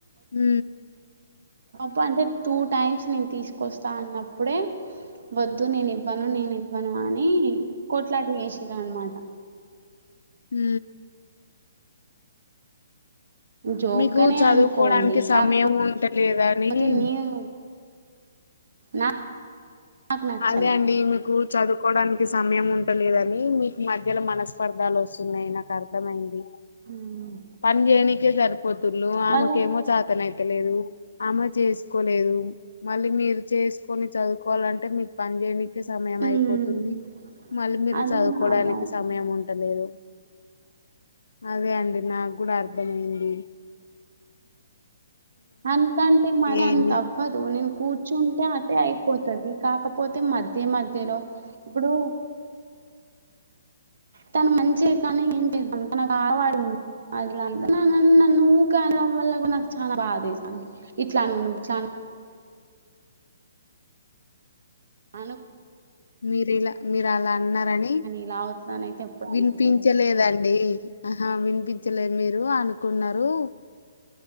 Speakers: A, on the left; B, on the right.
A: హ
B: బ అంటే టూ టైమ్స్ నేను తీసుకొస్తా అన్నప్పు ఇప్పుడే వద్దు నేను ఇవ్వను నేను ఇ ను అని కోట్లాటి వేసిర అనమాట
A: హ
B: జోగ్గానే
A: మీకు చదువుకోవడానికి
B: అనుకోండి కాకపోతే
A: సమయం ఉంటలేదని
B: కాకపోతే నేను నా నాకు నచ్చలే
A: అదే అండి మీకు చదువుకోవడానికి సమయం ఉంటలేదని మీకు మధ్యలో మనస్పర్ధాలు వస్తాయి న్నాయి నాకు అర్థమైంది
B: ఉమ్.
A: పని చేయనికే సరిపోతుళు ఆమెకేమో
B: వాళ్ళ
A: చ అత్తనయితలేదు అమ్మ చేసుకోలేదు మళ్ళీ మీరు చేసుకొని చదువుకోవాలంటే మీ పని చేేయడానికి సమయం
B: ఉమ్,
A: అయిపోతుంది మళ్ళీ మీరు
B: అదే
A: చదువుకోవడానికి
B: నా బాధ
A: సమయం ఉం ట్టలేదు అదే అండి నాకు కూడా అర్థమయింది
B: అంద గంటే మరి
A: ఏమి
B: అంత అవ్వదు నను కూ చంటె అదే అయిపోతుంది కాకపోతే అదే మధ్య మధ్యలో ఇప్పుడు తను మంచిగా కానీ ఏంటిను తనకు ఆడవాడుంది అదిలా నన్ను ఊ అనడం వల్ల కూడా నాకు చాలా బాగాస్తుంది ఇట్లానను ఇట్లా అను
A: మీరి ఇలా మీరు అలా అన్నారని
B: ఇలా అవుతుందని అయితే ఎప్పుడు అనుకోలే
A: వినిపించలేదండి ఆ వినిపించలేదు మీరు అనుకున్నారు